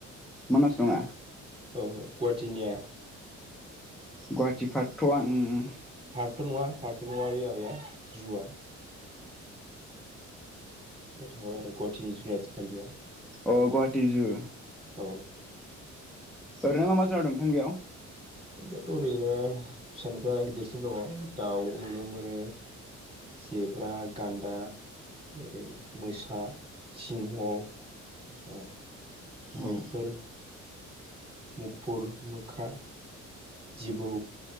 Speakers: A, in the centre; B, on the right.
A: मानास नङा
B: गु-गुवाहाटिनिया
A: गुवाहाटिफारथ' आं उम
B: फाटथ' नङा फाटथ' नङा बे माबाया जुवा बे थांबाय आरो गुवाहाटिनि जुनारसालियाव
A: अ गुवाहाटि जु
B: औ
A: ओरैनो मा मा जाना दं नोंथां बेयाव?
B: बेथ' ओरैनो फिसानिफ्राय गिदिरसिन दङ दाउ नुनो मोनो जेब्रा गान्दा ओरै मोसा सिंह अ
A: औ
B: मैफोर मुफुर मोख्रा जिबौ